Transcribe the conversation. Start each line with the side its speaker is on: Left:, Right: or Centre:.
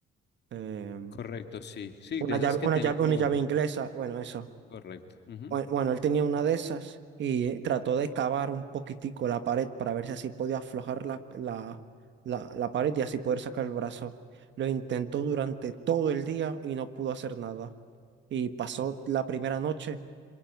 Right: em,
Left: Correcto, sí. Sí,
Right: una
Left: de esas
Right: llave,
Left: que
Right: una
Left: tienen
Right: llave,
Left: como...
Right: una llave inglesa. Bueno, eso.
Left: Correcto. ujú.
Right: Bue- Bueno, él tenía una de esas y eh, trató de cavar un poquitico la pared para ver si así podía aflojar la, la, la, la pared y así poder sacar el brazo. Lo intentó durante todo el día y no pudo hacer nada. Y pasó la primera noche,